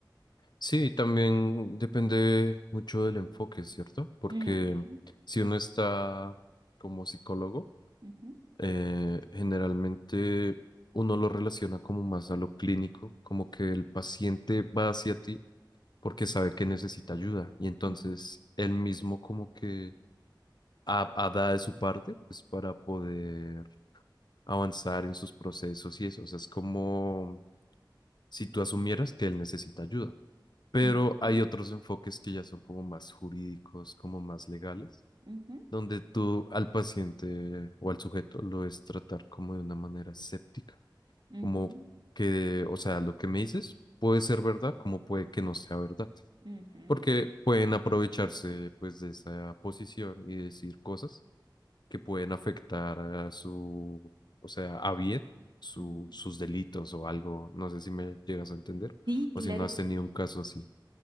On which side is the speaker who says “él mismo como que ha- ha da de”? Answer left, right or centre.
Left